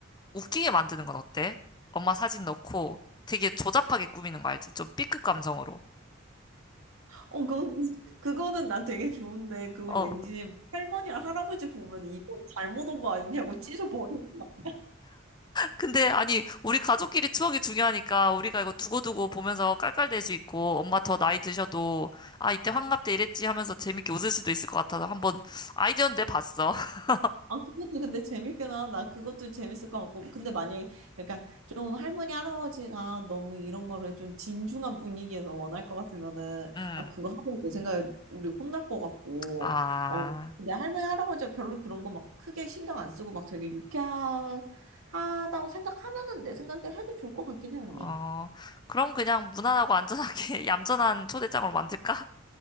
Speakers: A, on the left; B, on the right.
A: 웃기게 만드는 건 어때? 엄마 사진 넣고 되게 조잡하게 꾸미는 거 알지? 좀 B급 감성으로.
B: 어, 그거, 그거는 나 되게 좋은데 그거
A: 어.
B: 왠지 할머니랑 할아버지 보면 이거 잘못 온 거 아니냐고 찢어버리는 거 아니야?
A: 근데 아니 우리 가족끼리 추억이 중요하니까 우리가 이거 두고두고 보면서 깔깔댈 수 있고 엄마 더 나이 드셔도 아 이때 환갑 때 이랬지 하면서 재밌게 웃을 수도 있을 것 같아서 한번 아이디어는 내봤어. <laughs>
B: 아, 그것도 근데 재밌긴 하다. 그것도 재밌을 것 같고. 근데 만약에, 그러니까 좀 할머니, 할아버지가 너무 이런 거를 좀 진중한 분위기에서 원할 것 같으면은,
A: 응.
B: 아, 그거 하면 내 생각에 우리 혼날 것 같고,
A: 아,
B: 어, 근데 할머니, 할아버지가 별로 그런 거 막 크게 신경 안 쓰고 막 되게 유쾌하다고 생각하면은 내 생각에 해도 좋을 것 같긴 해, 언니.
A: 어, 그럼 그냥 무난하고 안전하게 <laughs> 얌전한 초대장으로 만들까?